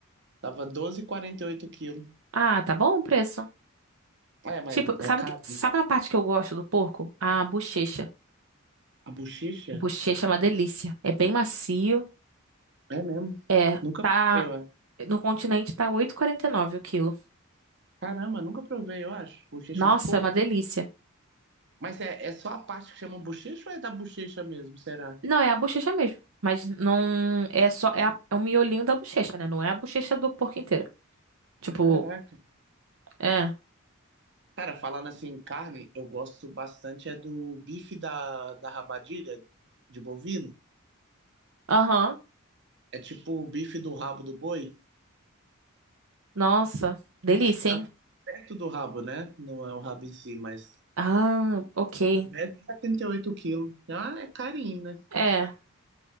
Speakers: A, on the right; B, on the right.
A: Tava doze e quarenta e oito quilo.
B: Ah, tá bom o preço.
A: É, mas
B: Tipo,
A: é
B: sabe,
A: caro.
B: que- sabe a parte que eu gosto do porco? A bochecha.
A: A bochecha?
B: Bochecha é uma delícia. É bem macio.
A: É mesmo.
B: É,
A: Nunca
B: tá.
A: provei, eu acho.
B: No continente tá oito e quarenta e nove o quilo.
A: Caramba, nunca provei, eu acho. Bochecha
B: Nossa,
A: de porco.
B: é uma delícia.
A: Mas é, é só a parte que chama bochecha ou é da bochecha mesmo, será?
B: Não, é a bochecha mesmo. Mas não. É só. É, a- é o miolinho da bochecha, né? Não é a bochecha do porco inteiro. Tipo,
A: Caraca.
B: é.
A: Cara, falando assim em carne, eu gosto bastante é do bife da, da rabadilha de bovino.
B: Aham.
A: É tipo o bife do rabo do boi.
B: Nossa. Delícia,
A: a-
B: hein?
A: perto do rabo, né? Não é o rabo em si, mas
B: Ah, ok.
A: deve 78 quilos. Ah, é carinho, né?
B: É.